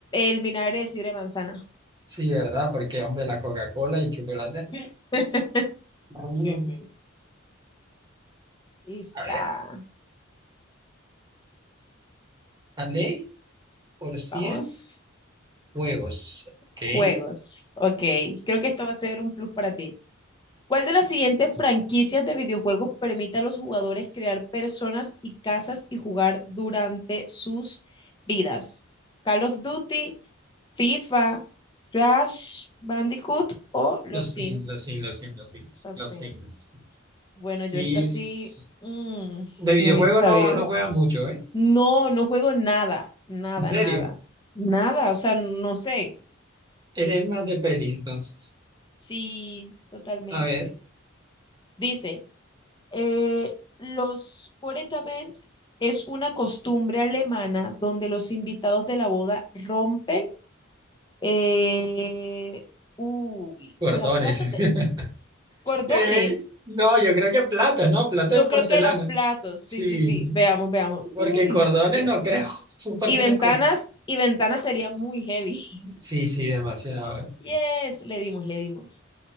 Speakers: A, on the left (about 20°); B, on the right (about 20°).
A: el vinagre de sidra de manzana.
B: Sí, ¿verdad? Porque, hombre, la Coca-Cola y el chocolate.
A: <laughs>
B: no.
A: Sí, sí. Y está.
B: A ver, ¿vale? Por 100
A: Vamos.
B: huevos. ¿Ok?
A: Juegos. Ok. Creo que esto va a ser un plus para ti. ¿Cuál de las siguientes franquicias de videojuegos permite a los jugadores crear personas y casas y jugar durante sus vidas? ¿Call of Duty, FIFA, Crash Bandicoot o Los
B: Los
A: Sims?
B: sims, los sims, los sims,
A: Los
B: los
A: Sims.
B: sims, los sims.
A: Bueno,
B: Sí,
A: yo esta sí
B: es-
A: mm,
B: de videojuego
A: no hubiese sabido.
B: no, no juega mucho, ¿eh?
A: No, no juego nada, nada,
B: En serio.
A: nada, nada, o sea, no sé.
B: Eres más de peli, entonces.
A: Sí, totalmente.
B: A ver,
A: Dice, eh, los Poretabend es una costumbre alemana donde los invitados de la boda rompen, eh, uy,
B: cordones.
A: ¿será platos de
B: <laughs>
A: cordones?
B: Eh, no, yo creo que platos, ¿no? Platos
A: Yo
B: de
A: creo
B: porcelana.
A: que los platos, sí,
B: Sí,
A: sí, sí, veamos, veamos.
B: porque
A: Uy,
B: cordones
A: Dios.
B: no creo. <laughs> Su parte
A: Y ventanas,
B: no es cordón.
A: y ventanas sería muy heavy. <laughs>
B: Sí, sí, demasiado.
A: Yes, le dimos, le dimos.